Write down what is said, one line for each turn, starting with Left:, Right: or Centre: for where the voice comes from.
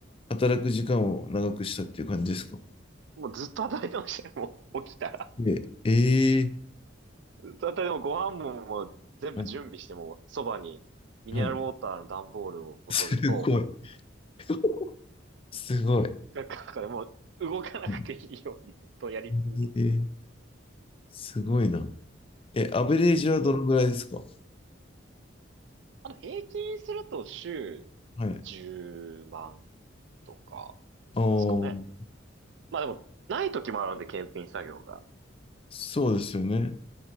Left: 働く時間を長くしたっていう感じですか
Right: もうずっと働いてましたよ、<laughs> もう起きたら。
Left: で、ええ
Right: ずっと働いても、ご飯ももう全部準備しても、
Left: はい
Right: そばにミネラルウォーターの段ボールをボトルと、
Left: はい。すごい。<laughs> すごい。
Right: なんか、だからもう動かなくていいようにずっとやり続けて。
Left: うんえー、すごいな。え、アベレージはどのぐらいですか
Right: おあの、平均すると週
Left: はい。
Right: 10万とか
Left: おー、
Right: ですかね。まあでも、ない時もあるんで、検品作業が。
Left: そうですよね。